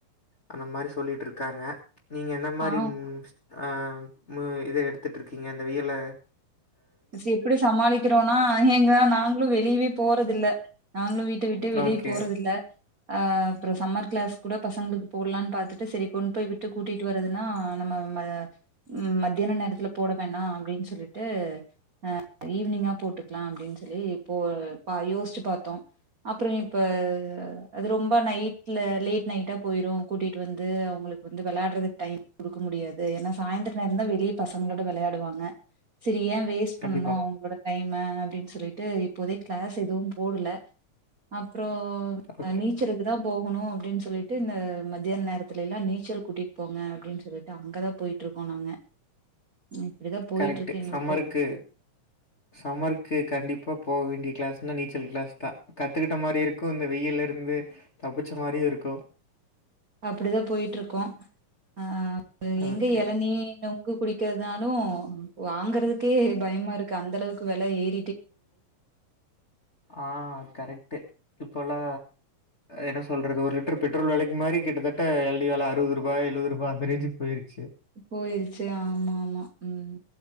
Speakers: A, on the left; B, on the right.
A: அந்த மாரி சொல்லிட்ருக்காங்க நீங்க என்ன மாரி
B: ஆ
A: ம் ஆ மு இத எடுத்துட்ருக்கீங்க இந்த வெயில்ல
B: வச்டு எப்டி சமாளிக்றோனா எங்க நாங்ளு வெளியிவே போறதில்ல நாங்ளு வீட்ட விட்டு வெளிய
A: ஓகே.
B: போறதில்ல அ அப்றோ சம்மர் கிளாஸ் கூட பசங்ளுக்கு போட்லான் பாத்துட்டு சரி கொண்போய் விட்டு கூட்டிட்டு வறதுனா நம்ம நம்ம மத்தியான நேரத்துல போட வேணா அப்டின் சொல்லிட்டு அ ஈவ்னிங்கா போட்டுக்லா அப்டின் சொல்லி போ பா யோஸ்ச்சு பாத்தோ அப்ற இப்ப அது ரொம்ப நைட்ல லேட் நைட்டா போயிரு கூட்டிட்டு வந்து அவுங்ளுக்கு வந்து விளையாட்றதுக்கு டைம் குடுக்க முடியாது ஏனா சாயந்தர நேரந்தா வெளிய பசங்ளோட வெளையாடுவாங்க சிறிய வெ பன்னனு
A: கண்டிப்பா.
B: அவுங்ளோட டைம அப்டின் சொல்லிட்டு இப்போதைக் கிளாஸ் எதுவும் போடுல அப்றோ
A: ஓகே.
B: நீச்சருக்குதா போ போணு அப்டின் சொல்லிட்டு இந்த மத்தியான் நேரத்திலல்லா நீச்சல் கூட்டிட் போங்க அப்டின் சொல்லிட்டு அங்கதா போயிட்ருக்கோ நாங்க இப்டிதா போயிட்ருக்கு
A: கரெக்ட்டு.
B: எங்ளுக்கு
A: சம்மருக்கு சம்மருக்கு கண்டிப்பா போவேண்டிய கிளாஸ்னா நீச்சல் கிளாஸ்தா கத்துக்கிட்ட மாரிருக்கு இந்த வெயில்லருந்து தப்பிச்ச மாரியுருக்கூ
B: அப்டிதா போயிட்ருக்கோ அ எங்க
A: ஓகே.
B: எளநீ இன்னு குடிக்கிறதுனாலு வாங்கறதுக்கே பயமாருக்கு அந்தளவுக்கு வெல ஏத்
A: ஆ கரைட் ட்டு இப்போல்லா என்ன சொல்றது ஒரு லிட்டர் பெட்ரோல் வெலைக் மாரி கிட்டதட்ட எல்னி வெல அறுவது ரூபா எழுவரூபா அந்த ரேஞ்சுக் போயிருக்கு
B: போயிருச்சு ஆமா ஆமா ம்